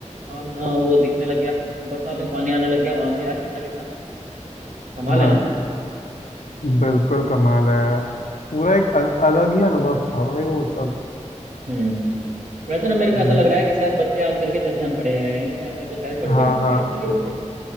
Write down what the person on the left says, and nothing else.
हाँ
बिल्कुल कमाल है यार पूरा एक अ- अलग ही अनुभव था भाई वो सब
जी
हाँ
हाँ